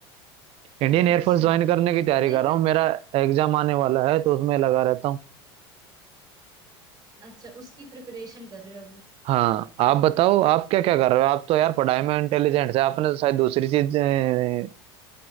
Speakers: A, on the right; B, on the right.
A: इंडियन एयरफोर्स
B: अच्छा
A: ज्वाइन करने की तैयारी
B: नहीं
A: कर रहा
B: मैं
A: हूँ मेरा एग्जाम आने वाला है तो उसमें लगा रहता हूँ
B: अच्छा उसकी प्रिपरेशन कर रहे हो अभी
A: हाँ आप बताओ आप क्या क्या कर रहे हो आप तो यार पढ़ाई में इंटेलिजेंट है आपने तो शायद दूसरी चीज अ,